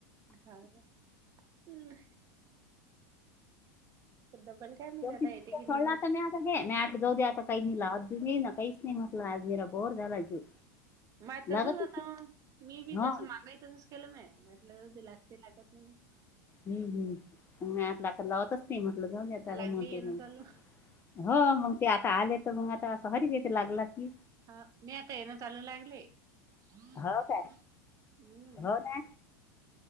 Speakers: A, on the right; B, on the left.
A: हां ना डबल काय मी
B: शेवटी
A: आता
B: तिथं
A: येत की,
B: सोडला
A: नाही येत.
B: आता आता मी आठ जाऊ आता काही नला अज नाही ना काहीच नाही म्हटलं, आज मेरा बोर झाला जीव,
A: माझं तसंच
B: लागत
A: होता मी बी
B: हो
A: तस मागाई तसच केलं मी, म्हटलंदी लागते लागत नाही.
B: हूं.. हूं.. मी म्हटलं आता तर लावतच नाही म्हटलं जाऊ द्याता
A: आता लागली
B: मोठी
A: येणं
B: भाई
A: चालू
B: हो मग ते आता आले तर, मग आता असं हरी वेत लागला की.,
A: हा नाही आता येन चालू लागले, हूं.....
B: हो काय हो ना